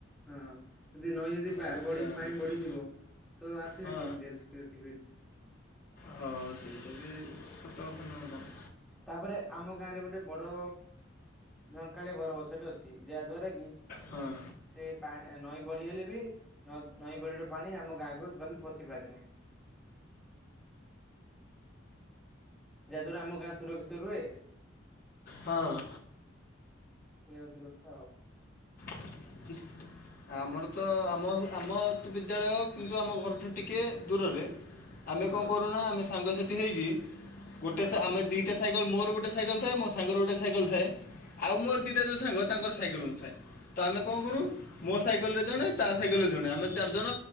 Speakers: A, in the centre; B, on the left.
A: ହଁ। ଯଦି ନଈ ଯଦି ପା
B: ଆଚ୍ଛା
A: ବଢି ପାଣି
B: ବୁଝିଲି
A: ବଢିଯିବ। ତ ଆସିବେ
B: ହଁ
A: କେମିତି ଆସି ପିଉସୀ କହିଦେ।
B: ହଁ ସେଇଟା ବି ସତ କଥା ନୁହଁ ଆଉ କଣ।
A: ତାପରେ ଆମ ଗାଁ ରେ ଗୋଟେ ବଡ ଝଙ୍କାଳିଆ ବର ଗଛ ଟେ ଅଛି। ଯାହା ଦ୍ଵାରା କି।
B: ହଁ
A: ସେ ପା ନଈ ବଢି ହେଲେ ବି ନ ନଈ ବଡ଼ିର ପାଣି ଆମ ଗାଁକୁ ଟୋଟାଲୀ ପଶି ପାରିନି। ଯାହାଦ୍ଵାରା ଆମ ଗାଁ ସୁରକ୍ଷିତ ରୁହେ।
B: ହଁ।
A: ଏହାହଉଛି କଥା ଆଉ।
B: <unintelligible> ଆମର ତ ଆମ ଆମ ତ ବିଦ୍ୟାଳୟ କିନ୍ତୁ ଆମ ଘରଠୁ ଟିକିଏ ଦୂରରେ। ଆମେ
A: ହଁ
B: କ କରୁନା ଆମେ ସାଙ୍ଗସାଥି ହେଇକି। ଗୋଟେ
A: ହଁ
B: ସେ ଆମେ ଦିଟା ସାଇକଲ ମୋର ଗୋଟେ ସାଇକଲ ଥାଏ ମୋ ସାଙ୍ଗର ଗୋଟେ ସାଇକେଲ ଥାଏ। ଆଉ ମୋର
A: ଆଚ୍ଛା।
B: ଦିଟା ଯୋଉ ସାଙ୍ଗ ତାଙ୍କର ସାଇକେଲ ନଥାଏ। ତ ଆମେ କ କରୁ ମୋ ସାଇକେଲରେ ଜଣେ ତା ସାଇକେଲରେ ଜଣେ ଆମେ ଚାରିଜଣ